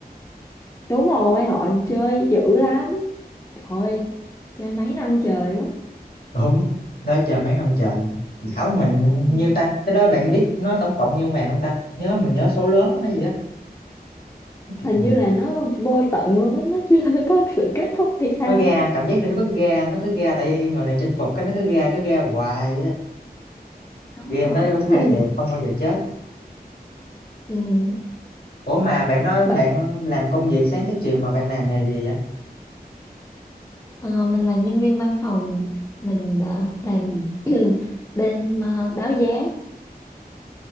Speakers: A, on the left; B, on the left.
A: đúng rồi họ chơi dữ lắm trời chơi mấy năm trời đó
B: đúng đó chờ mấy năm trời khảo mình
A: Ừ.
B: nhiêu ta cái đó bạn biết nó tổng cộng nhiêu màn không ta nhớ mình nhớ số lớn lắm hay gì á mấy chục
A: hình
B: ngàn
A: như là nó vô tận luôn á nó chưa <laughs> có sự kết thúc hay sao
B: nó ra
A: á.
B: cảm giác như nó có cái ga nó có ga tại vì người này chinh phục cái nó có ga cứ ga hoài vậy đó
A: Đúng
B: game
A: rồi.
B: đó đúng hay
A: Ừ.
B: thiệt không bao giờ chết
A: Ừ.
B: ủa mà bạn nói
A: Vậy
B: bạn làm công việc sáng tới chiều mà bạn làm nghề gì vậy
A: ờ, mình là nhân viên văn phòng, mình ờ, làm <clears throat> bên ờ, báo giá.